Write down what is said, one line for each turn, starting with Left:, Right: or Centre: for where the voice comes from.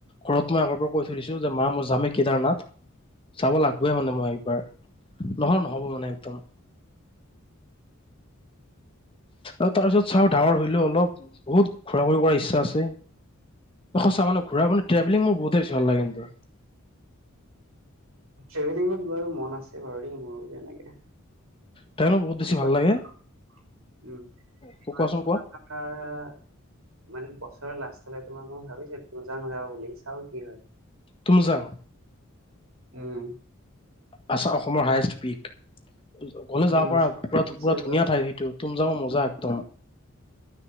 Left: ঘৰত মই আগৰ কৈ থৈ দিছো, যে মা মই যামে কেদাৰনাথ। চাব লাগিবয়ে মানে মই এইবাৰ। নহয় নহ'ব মানে একদম। আৰু তাৰ পিছত চাও, ডাঙৰ হৈ লওঁ অল অলপ, বহুত ঘুৰা-ফুৰি কৰাৰ ইচ্ছা আছে। সঁচা, মানে ঘুৰা মানে ট্ৰেভেলিং মোৰ বহুতেই বেছী ভাল লাগে কিন্তু।
Right: ট্ৰেভেলিঙত বাৰু মন আছে <unintelligible> মোৰ তেনেকে।
Left: ট্ৰেভেলিং বহুত বেছি
Right: এইবাৰ,
Left: ভাল লাগে
Right: উম,
Left: কোৱাচোন
Right: <unintelligible>
Left: কোৱা
Right: মানে বছৰে লাষ্ট হলে তোমাৰ মই ভাবিছিলো <unintelligible> <unintelligible> চাও কি হয়।
Left: তুমজাং
Right: উম।
Left: আচা-অসমৰ হায়েষ্ট পিক। গ'লে
Right: উম
Left: যাব পাৰা।
Right: আছে
Left: পুৰা-পুৰা
Right: বাৰু
Left: ধুনীয়া ঠাই সেইটো, তুমজাং মজা একদম।